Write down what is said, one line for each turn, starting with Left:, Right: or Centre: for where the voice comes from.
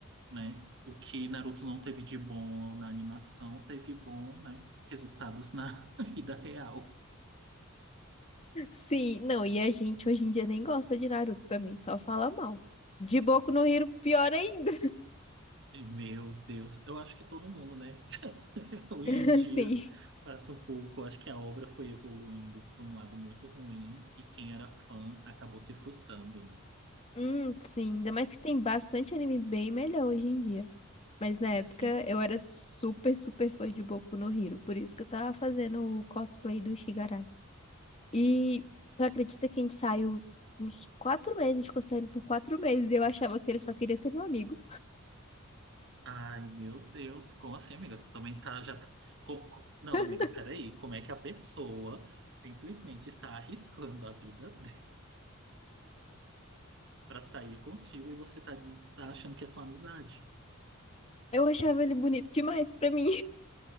Right: né? O que Naruto não teve de bom na animação, teve bom, né, resultados na <laughs> vida real.
Left: Sim, não, e a gente hoje em dia nem gosta de Naruto também, só fala mal. De Boku no Hero, pior ainda,
Right: Meu Deus, eu acho que todo mundo, né, <laughs> hoje
Left: <laughs>
Right: em dia
Left: assim.
Right: passa um pouco. Eu acho que a obra foi evoluindo para um lado muito ruim e quem era fã acabou se frustrando, né?
Left: Hum, sim, ainda mais que tem bastante anime bem melhor hoje em dia. Mas na época
Right: Sim.
Left: eu era super, super fã de Boku no Hero, por isso que eu tava fazendo o cosplay do Shigaraki. E tu acredita que a gente saiu uns quatro meses, a gente ficou saindo por quatro meses e eu achava que ele só queria ser meu amigo.
Right: Ai, meu Deus, como assim, amiga? Tu também tá, já tá... co- co- Não,
Left: <laughs>
Right: amiga, peraí, como é que a pessoa simplesmente está arriscando a vida dela <laughs> pra sair contigo e você tá, diz- tá achando que é só amizade?
Left: Eu achava ele bonito demais pra mim.